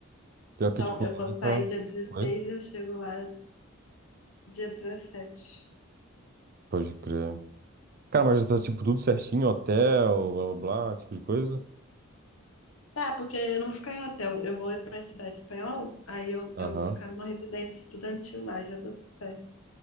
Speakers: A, on the right (about 45°); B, on the left (about 75°).
A: Pior
B: Então
A: que, tipo,
B: eu
A: eu
B: vou
A: nunca.
B: sair dia 16
A: Oi?
B: e eu chego lá dia 17.
A: Pode crer. Cara, mas já tá, tipo, tudo certinho, hotel, blá blá blá, esse tipo de coisa?
B: Tá, porque eu não vou ficar em hotel, eu vou para a cidade espanhol, aí eu,
A: Aham.
B: eu vou ficar numa residência estudantil lá, já tô tudo certo.